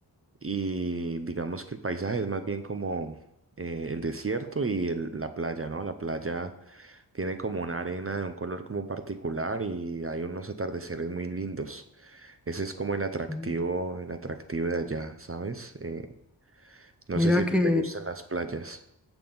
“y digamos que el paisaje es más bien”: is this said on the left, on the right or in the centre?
Right